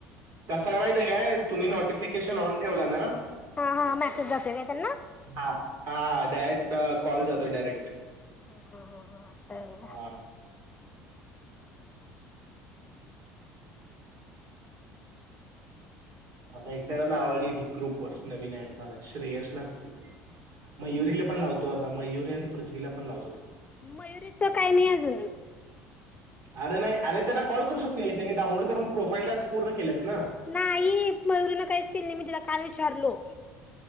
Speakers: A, on the right; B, on the left.
A: कसय माहितीय काय? तुम्ही नोटिफिकेशन ऑन ठेवला ना.
B: हा हा मेसेज जातोय काय त्यांना
A: हा हा दट. कॉल जातोय डायरेक्ट
B: हा हा हा अस आहे होय.
A: हा आता एकट्याला आवडली मी ग्रुप वर नवीन ऍड झालाय श्रेयस ला. मग मयुरी ला पण लावतो आता. मयुरी आणि पृथ्वीला पण लावतात.
B: मयुरीच काही नाही अजून.
A: अरे नाही. अर त्यांना कॉल करू शकते त्यांनी डाऊनलोड करून प्रो प्रोफाईल टास्क पूर् केलेत. ना
B: नाही मयुर न काहीच केल नाही मी तिला काल विचारलो.